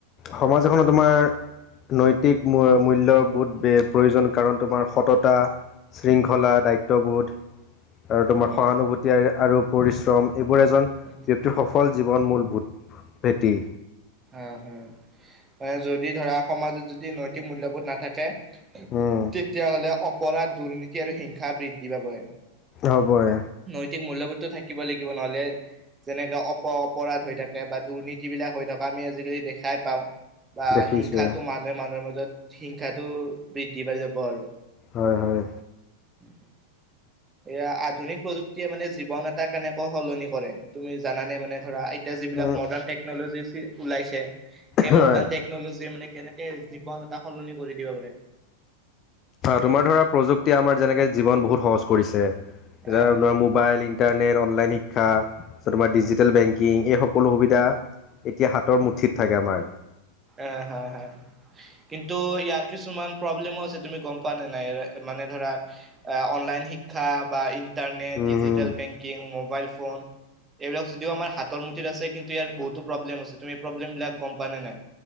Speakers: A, on the left; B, on the right.
A: সমাজ এখনত তোমাৰ নৈ- টিক মূল্য বুধ প্ৰয়োজন কাৰণ তোমাৰ সততা। শৃংখলা দায়িত্ববোধ। আৰু তোমাৰ
B: উম,
A: সহানুভূতি আৰু পৰিশ্ৰম এইবোৰ এজন
B: উম,
A: ব্যক্তিৰ সফল। জীৱন মূল ভূত ভেটি।
B: হা হা, মানে যদি ধৰা সমাজত যদি নৈতিক মূল্যবোধ নাথাকে?
A: উম
B: তেতিয়া হ'লে অপৰাধ দুৰ্নীতি আৰু হিংসা বৃদ্ধি পাবই।
A: হ'বই।
B: নৈতিক মূল্যবোধটো থা- সিকিব লাগিব নহ'লে যেনেকে অপ অপৰাধ হৈ থাকে বা দুৰ্নীতি বিলাক হৈ থকা আমি আজিকালি দেখা- পাওঁ বা
A: দেখিছোৱে
B: হিংসাটো মানুহে মানুহৰ মাজত হিংসাটো বৃদ্ধি পাই যাব আৰু।
A: হয় হয়।
B: <unintelligible> এয়া আধুনিক প্ৰযুক্তিয়ে মানে জীৱন এটা কেনেকৈ সলনি কৰে তুমি জানানে মানে ধৰা- এতিয়া যিবিলাক
A: উম
B: মডাৰ্ণ টেকনলজি চি ওলাইছে। সেই
A: হয়
B: মডাৰ্ণ টেকনলজিয়ে মানে কেনেকে জীৱন এটা সলনি কৰি দিব পাৰে
A: তোমাৰ ধৰা প্ৰযুক্তিয়ে আমাৰ যেনেকে জীৱন বহুত সহজ কৰিছে। যাৰ
B: আহ
A: মোবাইল ইণ্টাৰনেট অনলাইন শিক্ষা তাৰপিছত তোমাৰ
B: আহ
A: ডিজিটেল বেংকিং। এই সকলো সুবিধা এতিয়া হাতৰ মুঠিত থাকে আমাৰ।
B: অ হয় হয় কিন্তু ইয়াৰ কিছুমান প্ৰব্লেমো আছে তুমি গম পোৱা নে নাই? মানে ধৰা আ অনলাইন শিক্ষা বা- internet
A: um
B: digital banking mobile phone এইবিলাক যদিও আমাৰ হাতৰ মুঠিত আছে কিন্তু- য়াৰ বহুতো প্ৰব্লেম আছে তুম এই প্ৰব্লেম বিলাক গম পানে নাই।